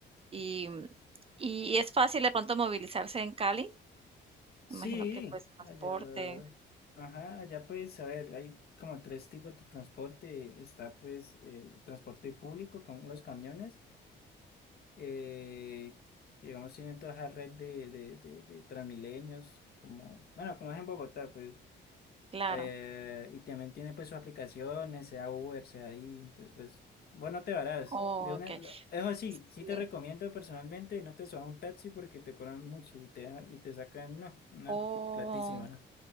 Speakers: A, on the right; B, on the left.
A: Y, y es fácil de pronto movilizarse en Cali,
B: Sí,
A: me imagino que pues transporte,
B: allá, ajá, allá pues, a ver, hay como tres tipos de transporte. Está pues el transporte público, como los camiones. Eh, digamos, tienen toda esa red de, de, de, de Transmilenios, como, bueno, como es en Bogotá, pues.
A: claro.
B: Eh, y también tiene pues sus aplicaciones, sea Uber, sea ahí. Entonces, pues, bueno, te varás.
A: Okey.
B: De una, lo- eso sí, sí
A: Sí.
B: te recomiendo personalmente, no te subas a un taxi porque te cobran mucho y te, y te sacan, no, una
A: Oh,
B: platísima, ¿no?